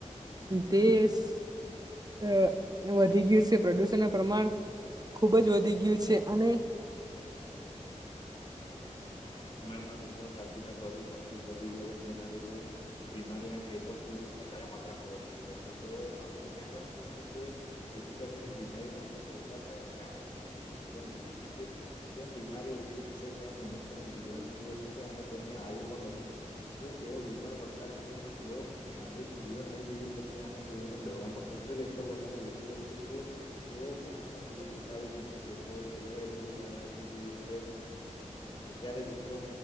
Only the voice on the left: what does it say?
તમારી વાત એકદમ સાચી છે પ્રદુષણ ખુબ વધી ગયું છે જેના લીધે બીમારીના કેસો ખુબ. વઘ વધ માત્રામાં વધી રહ્યા છે તો આપણે ધ્યાન રાખીશું કે જેથી કરીને બીમારીના કેસ ઓછા. થાય અને આપણે સાથી જીવન જીવી શકીએ જેમ બીમારી ઓછી થશે તેમ મનુષ્ય. જીવન વધશે અને તેમની આયુ પણ વધશે. જો તેઓ બીમાર પડતા રહેશે તો તેઓ શાંતિથી જીવન નહી જીવી શકે અને તેઓને દવાનો ખ ર્ચો એટલો વધારે વધી જશે કે તેઓ પોતાનું જીવન ટૂંકાવી જ ના શકે તો તેઓ એટલુ ધ્યાન રાખવું જોઈએ કે અત્યારે જેટલો